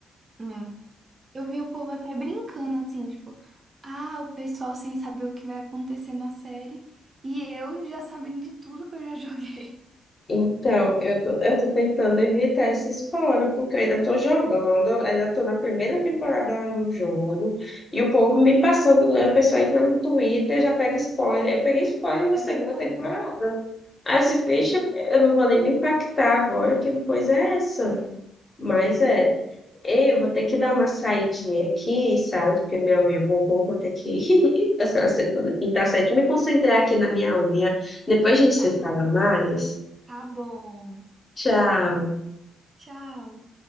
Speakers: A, on the right (about 30°); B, on the left (about 25°).
A: É. Eu vi o povo até brincando, assim, tipo, ah, o pessoal sem saber o que vai acontecer na série e eu já sabendo de tudo que eu já joguei. <laughs>
B: Então, eu tô, eu tô tentando evitar esses fora, porque eu ainda tô jogando, eu ainda tô na primeira temporada lá no jogo, e o povo me passando, né, a pessoa entra no Twitter, já pega spoiler. Eu peguei spoiler na
A: É
B: segunda
A: verdade.
B: temporada. Aí você deixa,
A: É verdade.
B: eu não vou nem me impactar agora, que coisa é essa? Mas
A: <laughs>
B: é, eu vou ter que dar uma saidinha aqui, sabe? Porque minha unha bombou, vou ter que <laughs> passar a segunda, pintar certo, me concentrar aqui na minha unha. Depois a gente
A: Tá
B: se
A: bom.
B: fala mais.
A: Tá bom.
B: Tchau.
A: Tchau.